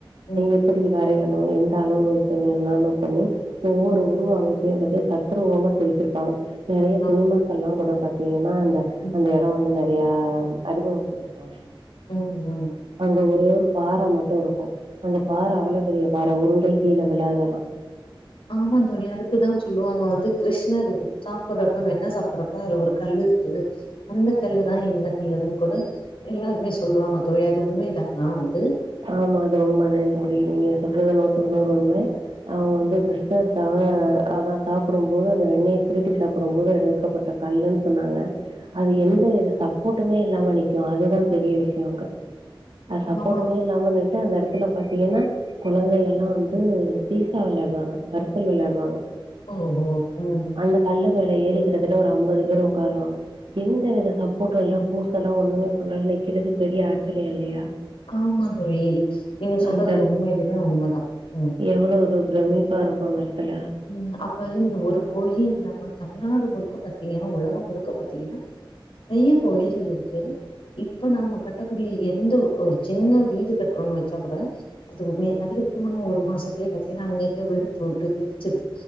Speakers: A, on the left (about 80°); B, on the right (about 70°).
A: ம்
B: எப்படி வரையணும் எந்த அளவு வைக்கணும் என்னன்னு பண்ணி ஒவ்வொரு
A: ம்
B: உருவ அமைப்பையும் பத்தி தத்ரருவமா செதுக்கிருப்பாங்க நிறைய சினிமாக்கல்லாம்
A: அப்
B: கூட பாத் தீங்கன்னா அந்த
A: ம்
B: அந்த இடம் வந்து நிறைய அறிமுகப்படுத்திருப்பாங்க
A: உம் உம்
B: அங்க ஒரே ஒரு பார மட்டும் இருக்கும் அந்த பாற அவ்வளவு பெரிய பாற உருண்டை கீழே விளையாதலாம்
A: ஆமா தோழி அதுக்குதான் சொல் ல்லுவாங்க வந்து கிருஷ்ணர் சாப்பிடுறப்ப வெண்ண சாப்பிடுறப்ப அதுல ஒரு கல் இருந்தது அந்த கல்லுதான் இந்த கல்லுன்னு கூட எல்லாருமே சொல்லுவாங்க தோழி அது உண்மைதானா வந்து
B: ஆமா அது உண்மை தான் தோழி நீங்க சொல்றது நூறத்துக்குநூரு உண்மை அவன் வந்து கிருஸ் அ இருக்காக அதான் சாப்பிடும் போது அந்த வெண்ணெயை திருட்டி சாப்பிடும் போது எடுக்கப்பட்ட கல்லுன்னு சொன்னாங்க அது எந்த வித சப்போர்ட்டுமே இல்லாம நி்க்கும் அதுதான் பெரிய விஷயம் அங்க அது சப்போர்ட்
A: ஆமாம்
B: ஆம நெட்டு அந்த இடத்துல பாத்தீங்கன்னா குழந்தைங்கல்லாம் வந்து சீசா விளையாடுவாங்க சற்கள் விளையாடுவாங்க
A: ம் ம் ம்
B: அந்த கல்ல மேல ஏறி கிட்டத்தட்ட ஒரு ஐம்பது பேர் உட்காருவாங்க எந்த வித சப்போர்ட்டும் இல்ல பூசெல ஒண்ணுமே பண்ணல நிற்கிறது பெரிய ஆச்சரியம் இல்லையா
A: காமா தோழி நீங்க சொல்றது
B: அந்த
A: உண்மையிலுமே உண்மைதான் உம்
B: அவ்வளோ ஒரு பிரமிப்பா இருக்கும் அந்த இடத்துல
A: உம் அப்ப இந்த ஒரு கோயி இல்லாம தமிழ்நாடு முழுக்க பாத்தீங்கன்னா உலகம் முழுக்க பாத்தீங்கன்னா நிறைய கோயில்கள் இருக்கு இப்ப நம்ம கட்ட கூடி எந்த ஒரு சின்ன வீடு கட்டணும்ன்னு வச்சா கூட அது உம்மே அதிகபட்சமான ஒரு மாசத்துலய பாத்தீங்கன்னா அங்க இங்க வெடிப்பு வுட்டு பிரிச்சிருது